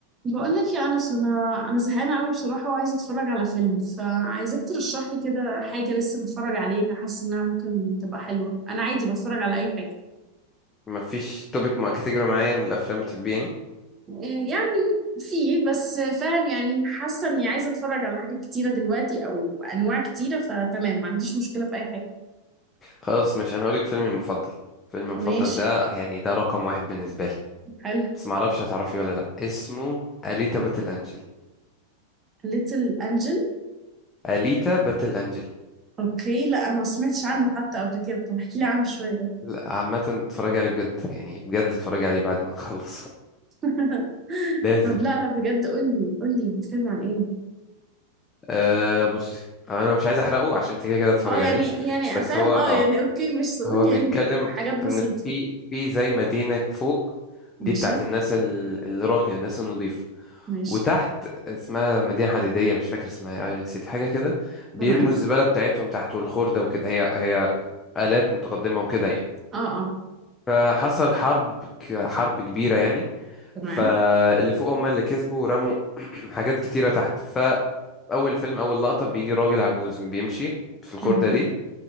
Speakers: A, on the right; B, on the left.
A: بقول لك يا انس انا انا زهقانه قوي بصراحه وعايزه اتفرج على فيلم فعايزاك ترشح لي كده حاجه لسه بتفرج عليها حاسه انها ممكن تبقى حلوه انا عادي بتفرج على اي حاجه
B: ما فيش توبيك مع كاتيجوري معين من الافلام بتحبيه يعني
A: آه، يعني في بس آه، فاهم يعني حاسه اني عايزه اتفرج على حاجات كتيره دلوقتي او انواع كتيره فتمام ما عنديش مشكله في اي حاجه
B: خلاص مش انا هقولك فيلمي المفضل فيلمي المفضل
A: ماشي
B: ده يعني ده رقم واحد بالنسبه لي
A: حلو
B: بس ما اعرفش هتعرفي ولا لا اسمه اليتا باتل انجل
A: ليتل انجل
B: اليتا باتل انجل
A: اوكي لا انا ما سمعتش عنه حتى قبل كده طب احكي لي عنه شويه ده
B: لا عامه اتفرجي عليه بجد يعني بجد اتفرجي عليه بعد ما نخلص
A: <laughs>
B: لازم
A: طب لا لا بجد قول لي قول لي بيتكلم عن ايه
B: أه بصي انا مش عايز احرقه عشان انت كده كده تتفرج
A: اه يعني
B: عليه
A: يعني
B: بس
A: افهم
B: هو
A: اه
B: اه
A: يعني اوكي مش سؤول
B: هو
A: يعني
B: بيتكلم
A: حاجات بسيطة
B: ان في في زي مدينة فوق دي
A: ماشي
B: بتاعت الناس ال- الراقية الناس النظيفة
A: ماشي
B: وتحت اسمها مدينة حديدية مش فاكر اسمها ايرون سيتي حاجة كده بيرموا
A: تمام
B: الزبالة بتاعتهم تحت والخردة وكده هي هي آلات متقدمة وكده يعني
A: اه اه
B: فحصل حرب ك- حرب كبيرة يعني
A: تمام
B: فاللي فوق هم اللي كسبوا ورموا <clears throat> حاجات كتيرة تحت فأول فيلم أول لقطة بيجي راجل عجوز بيمشي في الخردة
A: مهم.
B: دي